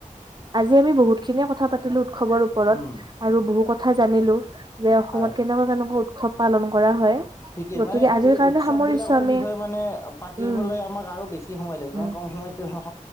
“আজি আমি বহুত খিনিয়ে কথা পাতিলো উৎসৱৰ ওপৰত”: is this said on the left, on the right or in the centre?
Right